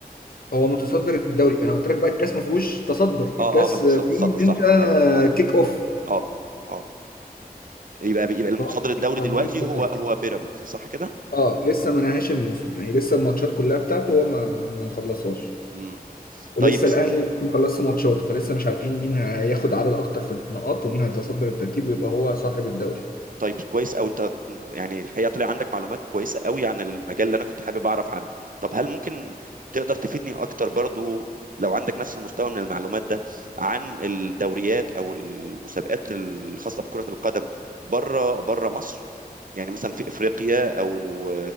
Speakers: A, on the left; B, on the right.
A: هو متصدر الدوري انا قلت لك بقى الكاس ما فيهوش تصدر الكاس
B: اه اه ما فيهوش
A: فيه
B: تصدر
A: ان
B: صح
A: انت
B: ايوه اه
A: كيك اوف
B: اه اه يبقى يبقى المتصدر
A: فهو
B: الدوري
A: مفيش تنظيم
B: دلوقتي
A: متصدر.
B: هو هو بيراميدز صح كده
A: اه لسه ما نهاش الموسم يعني لسه الماتشات كلها بتاعته هو ما ما ما خلصهاش
B: امم
A: ولسه
B: طيب
A: الاهلي لسه مخلصش ماتشاته فلسه مش عارفين مين هياخد عدد اكتر في النقاط ومين هيتصدر الترتيب ويبقى هو صاحب الدوري
B: طيب كويس او انت يعني الحقيقه طلع عندك معلومات كويسه قوي عن المجال اللي انا كنت حابب اعرف عنه طب هل ممكن تقدر تفيدني اكتر برضو لو عندك نفس المستوى من المعلومات ده عن الدوريات او المسابقات الخاصه بكره القدم بره بره مصر يعني مثلا في افريقيا او